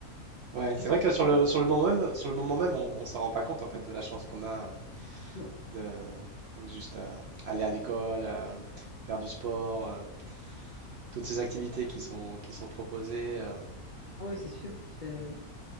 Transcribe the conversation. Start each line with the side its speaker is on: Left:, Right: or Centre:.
Right: Ouais, c'est
Left: T'as fait
Right: vrai
Left: plus
Right: que sur
Left: de
Right: le,
Left: trucs
Right: sur le moment même, sur le moment même, on, on s'en rend pas compte en fait de la chance qu'on a euh,
Left: Non.
Right: de euh, juste euh, aller à l'école, euh, faire du sport, euh, toutes ces activités qui sont qui sont proposées. euh.
Left: Ah ouais, c'est sûr. C'est